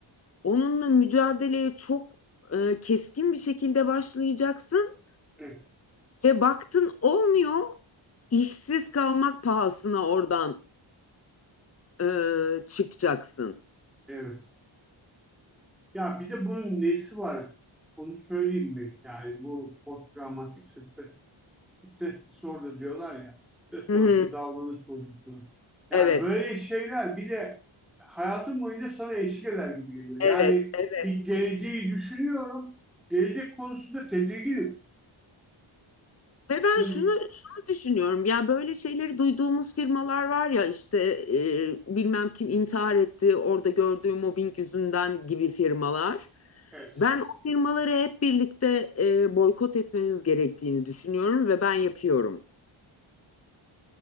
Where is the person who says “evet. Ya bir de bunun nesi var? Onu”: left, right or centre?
Centre